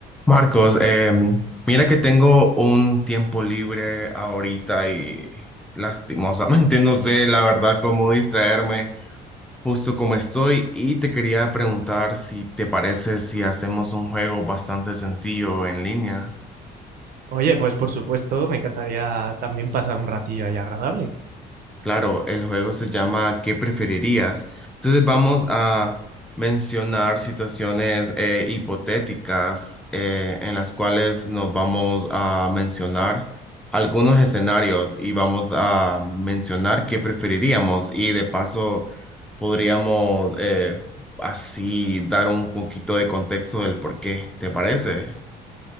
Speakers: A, in the centre; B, on the right.
A: Marcos, em, mira que tengo un tiempo libre ahorita y lastimosamente <laughs> no sé la verdad cómo distraerme justo como estoy y te quería preguntar si te parece si hacemos un juego bastante sencillo en línea.
B: Oye, pues por supuesto, me encantaría también pasar un ratillo ahí agradable.
A: Claro, el juego se llama ¿Qué preferirías? Entonces vamos a mencionar situaciones eh, hipotéticas eh, en las cuales nos vamos a mencionar algunos escenarios y vamos a mencionar qué preferiríamos y de paso podríamos eh, así dar un poquito de contexto del por qué, ¿te parece?